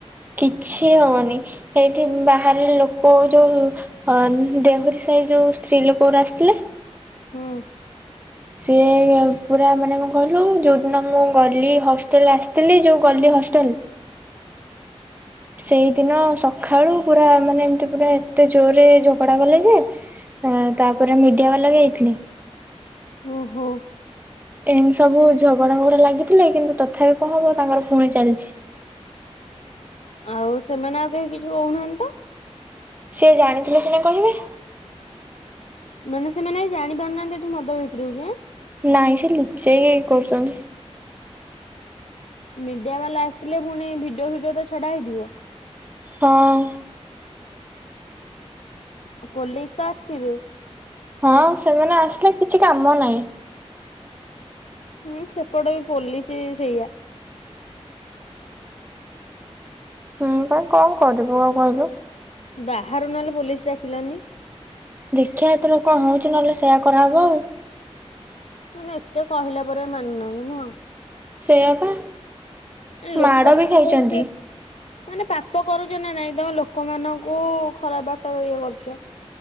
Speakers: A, on the right; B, on the left.
A: କିଛି ହବନି ଏଇଠି ବାହାରେ ଲୋକ ଯୋଉ ହ ଦେହୋରୀ ସାହି ଯୋଉ ସ୍ତ୍ରୀ ଲୋକରା ଆସିଥିଲେ
B: ହୁଁ।
A: ସିଏ-ଏ ପୁରା ମାନେ କଣ କହିଲୁ, ଯୋଉ ଦିନ ମୁଁ ଗଲି ହଷ୍ଟେଲ ଆସିଥିଲି, ଯୋଉ ଗଲି ହଷ୍ଟେଲ ସେଇଦିନ ସଖାଳୁ ପୁରା ମାନେ ଏମିତି ପୁରା ଏତେ ଜୋରରେ ଝଗଡା କଲେ ଯେ ତା'ପରେ ମିଡ଼ିଆ ବାଲା ବି ଆଇଥିଲେ।
B: ଓହୋ!
A: ଏମିତି ସବୁ ଝଗଡା ଫଗଡା ଲାଗିଥିଲେ, କିନ୍ତୁ ତଥାପି କଣ ହବ, ତାଙ୍କର ପୁଣି ଚାଲିଛି।
B: ଆଉ, ସେମାନେ ଆଉ କେହି କିଛି କହୁନାହାଁନ୍ତି ତ?
A: ସିଏ ଜାଣିଥିଲେ ସିନା କହିବେ?
B: ମାନେ ସେମାନେ ଜାଣି ପାରୁନାହାଁନ୍ତି, ଏଠି ମଦ ବିକ୍ରି ହଉଛି ଆଁ!
A: ନାଇଁ, ସେ ଲୁଚେଇ କି କରୁସନ୍ତି।
B: ମିଡିଆ ବାଲା ଆସିଥିଲେ ଫୁଣି ଭିଡିଓ ଫିଡିଓ ତ ଛଡା ହେଇଥିବ।
A: ହଁ।
B: ପୋଲିସ ତ ଆସିଥିବେ।
A: ହଁ, ସେମାନେ ଆସିଲେ କିଛି କାମ ନାହିଁ।
B: ହୁଁ, ସେପଟ ବି ପୋଲିସି ସେଇଆ।
A: ହୁଁ, ପା କଣ କରିବୁ ଆଉ କହିଲୁ?
B: ବାହାରୁ ନହେଲେ ପୋଲିସ ଡାକିଲନି!
A: ଦେଖିଆ, ଏଥର କଣ ହଉଛି? ନହେଲେ ସେୟା କରାହେବ ଆଉ।
B: ମାନେ, ଏତେ କହିଲା ପରେ ମାନୁନାହାଁନ୍ତି ନୁହଁ!
A: ସେୟାଆ ପା
B: ଲୋକମାନଙ୍କୁ
A: ମାଡ଼ ବି ଖାଇଛନ୍ତି।
B: ସେ ମାନେ ପାପ କରୁଛ ନା ନାଇଁ, ତମେ ଲୋକମାନଙ୍କୁ ଖରାପ ବାଟରେ ଇଏ କରୁଛ।